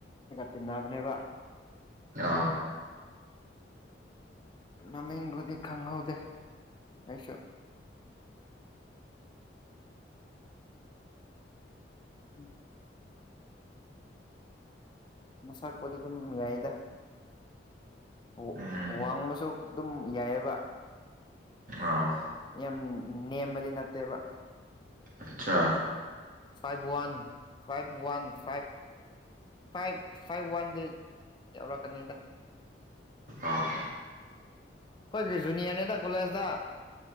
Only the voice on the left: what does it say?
ꯇꯤꯟꯅꯕꯅꯦꯕ
ꯃꯃꯤꯡꯕꯨꯗꯤ ꯈꯪꯍꯧꯗꯦ ꯑꯩꯁꯨ p......... ꯎꯝ ꯃꯁꯛꯄꯣꯗꯤ ꯑꯗꯨꯝ ꯌꯥꯏꯌꯦꯗ ꯑꯣ
ꯋꯥꯡꯕꯁꯨ ꯑꯗꯨꯝ ꯌꯥꯏꯑꯕꯥ
ꯌꯥꯝ ꯅꯦꯝꯕꯗꯤ ꯅꯠꯇꯦꯕ
five one five one five five five ꯋꯥꯟꯗꯤ ꯌꯧꯔꯛꯀꯅꯤꯗ
ꯑꯩꯈꯣꯏꯒꯤ ꯖꯨꯅꯤꯌꯔꯅꯤꯗꯥ ꯀꯣꯂꯦꯖꯇ